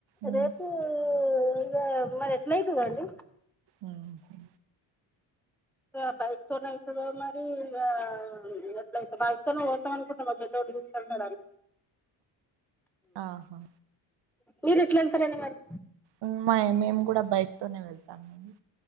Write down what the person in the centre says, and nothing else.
రేపు ఇగ మరి ఎట్లా అయితదో అండి
ఇగ బైకోన్నయి <unintelligible> ఇగో మరి ఇగ ఎట్ల అయితే బయటికన్న పోతాం అనుకున్నాం మా పెద్దోడు తీసుకెళ్తాడు అని
మీరు ఎట్లా వెళ్తారండి మరి